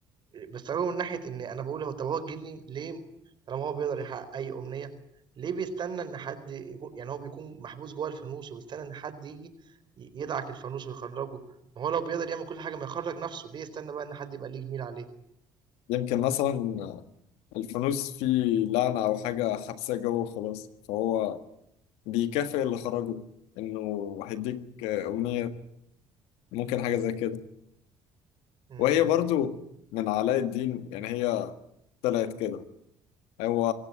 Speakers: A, on the right; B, on the left.
A: بستخدمه من ناحية إن أنا باقول هو طب هو الجني ليه طالما هو بيقدر يحقق أي أمنية، ليه بيستنى إن حد يكون يعني هو بيكون محبوس جوه الفانوس وبيستنى إن حد ييجي ي يدعك الفانوس ويخرّجه، ما هو لو بيقدر يعمل كل حاجة ما يخرّج نفسه، ليه يستنى بقى إن حد يبقى ليه جميل عليه؟
B: يمكن مثلا الفانوس فيه لعنة أو حاجة حبساه جوه وخلاص فهو بيكافئ اللي خرجه إنه هيديك أمنية ممكن حاجة زي كده
A: إمم،
B: وهي برضو من علاء الدين يعني هي طلعت كده هو